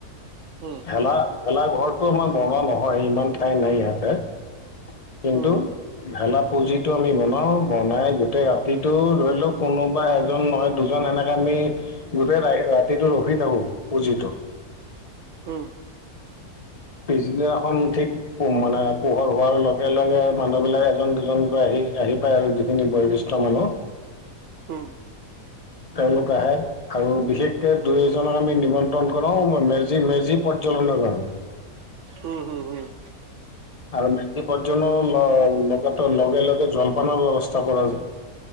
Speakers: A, on the right (about 60°); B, on the left (about 30°).
A: উম
B: ভেলা ভেলা ঘৰটো আমাৰ বনোৱা নহয় ইমান ঠাই নাই ইয়াঁতে কিন্তু
A: উম
B: ভেলা পুজিটো আমি বনাওঁ বনাই গোটেই ৰাতিটো ধৰি লওক কোনোবা এজন নহয় দুজন এনেকে আমি গোটেই ৰা ৰাতিটো ৰখি থাকো পুঁজিটো
A: উম
B: পিছদিনাখন ঠিক ওম মানে পোহৰ হোৱাৰ লগে লগে মানুহবিলাক এজন দুজনকৈ আহি আহি পায় আৰু যিখিনি বয়-বস্তু <unintelligible>
A: উম
B: তেওঁলোক আহে আৰু বিশেষকে দুই এজনক আমি নিমন্ত্ৰণ কৰাও মেজি মেজি প্ৰৰ্যলনা কাৰণে
A: উম হুম হুম
B: আৰু মেজি প্ৰজ্বনো লগ লগাত লগে লগে জলপানৰ ব্যৱস্থা কৰা যায়